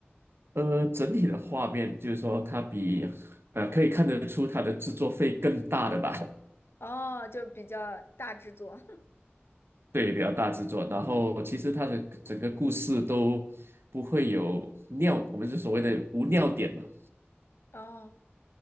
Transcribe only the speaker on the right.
呃，整体的画面就是说，它比呃可以看得出它的制作费更大的吧。
对，比较大制作。然后其实它的整个故事都不会有尿，我们是所谓的无尿点嘛，